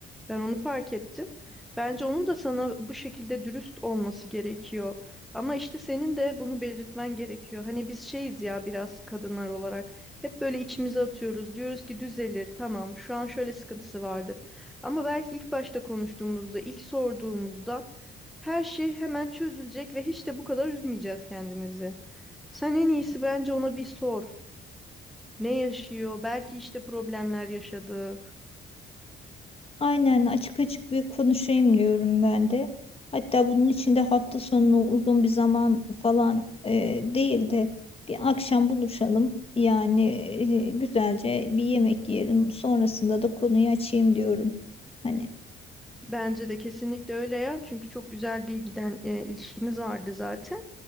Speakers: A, in the centre; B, on the left (about 30°).
A: Ben onu fark ettim. Bence onun da sana bu şekilde dürüst olması gerekiyor. Ama işte senin de bunu belirtmen gerekiyor. Hani biz şeyiz ya biraz kadınlar olarak. Hep böyle içimize atıyoruz. Diyoruz ki düzelir. Tamam, şu an şöyle sıkıntısı vardır. Ama belki ilk başta konuştuğumuzda, ilk sorduğumuzda her şey hemen çözülecek ve hiç de bu kadar üzmeyeceğiz kendimizi. Sen en iyisi bence ona bir sor. Ne yaşıyor? Belki işte problemler yaşadı.
B: Aynen açık açık bir konuşayım diyorum ben de. Hatta bunun için de hafta sonu uzun bir zaman falan e, değil de bir akşam buluşalım. Yani e, güzelce bir yemek yiyelim. Sonrasında da konuyu açayım diyorum. Hani
A: Bence de kesinlikle öyle ya. Çünkü çok güzel bir giden e, ilişkiniz vardı zaten.